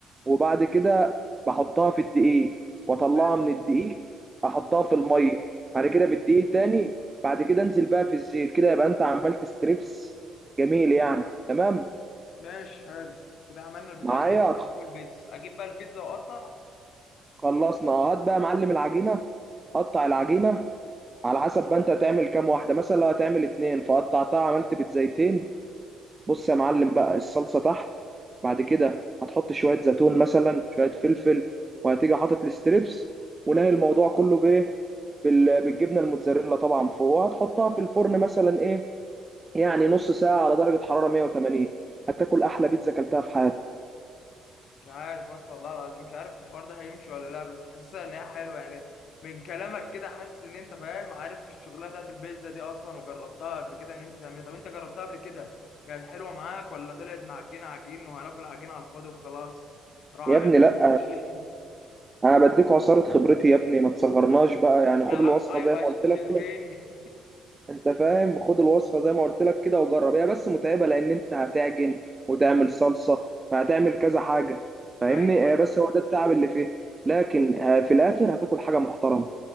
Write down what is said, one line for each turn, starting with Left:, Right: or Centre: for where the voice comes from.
Right: وبعد كده بحطها في الدقيق واطلعها
Left: حلو
Right: من الدقيق احطها في الميه بعد كده في الدقيق تاني بعد كده انزل بقى في الزيت كده يبقى انت عملت ستريبس جميل يعني تمام
Left: ماشي حلو كده عملنا البتاع
Right: معايا
Left: اللي هيتحط فوق البيتزا اجيب بقى البيتزا واقطع
Right: خلصنا هات بقى يا معلم العجينه قطع العجينه على حسب بقى انت هتعمل كام واحده مثلا لو هتعمل اتنين فقطعتها عملت بيتزايتين بص يا معلم بقى الصلصه تحت بعد كده هتحط شويه زيتون مثلا شويه فلفل وهتيجي حاطط الستريبس ونهي الموضوع كله بايه بال- بالجبنه الموتزاريلا طبعا فوق وهتحطها في الفرن مثلا ايه يعني نص ساعه على درجه حراره 180 هتاكل احلى بيتزا اكلتها في حياتك
Left: مش عارف اصلا والله العظيم مش عارف الحوار ده هيمشي ولا لا بس حاسسها ان هي حلوه يعني من كلامك كده حاسس ان انت فاهم عارف الشغلانه بتاعت البيتزا دي اصلا وجربتها قبل كده ان انت تعملها طب انت جربتها قبل كده كانت حلوه معاك ولا طلعت معجنه عجين وهناكل عجين على الفاضي وخلاص راح
Right: يا
Left: عامل
Right: ابني
Left: لي
Right: لا
Left: سندوتشين
Right: انا بديك عصاره خبرتي يا ابني ما تصغرناش بقى يعني
Left: يا
Right: خد
Left: عم
Right: الوصفه
Left: ايوه
Right: زي ما
Left: يا
Right: قلت
Left: شيف شربين
Right: لك انت فاهم خد الوصفه زي ما قلت لك كده وجرب هي بس متعبه لان انت هتعجن وتعمل صلصه فهتعمل كذا حاجه فاهمني
Left: <laughs> ايوه
Right: هي
Left: ايوه
Right: بس هو ده التعب اللي فيه لكن آه، في الاخر هتاكل حاجه محترمه